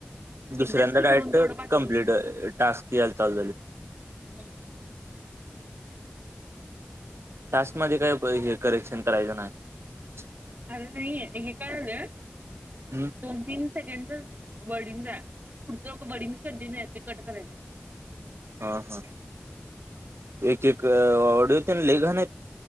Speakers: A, on the right; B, on the right.
A: दुसऱ्यांदा
B: एकदाच की करून
A: डारेक्ट
B: तेवढं पाठवलो.
A: कं्प्लीट टास्क याला चाल
B: ह ह
A: तासमध्येध्ये काय हे करेक्शन करायचं नाही
B: अर नाही हे काय झालं
A: हम्म?
B: दोन तीन सेकंडच वर्डिंग आहे पुढं वर्डिंग कंटिन्यू आहे कट करायं
A: हा हा एक एक ऑडिओ ते लेघन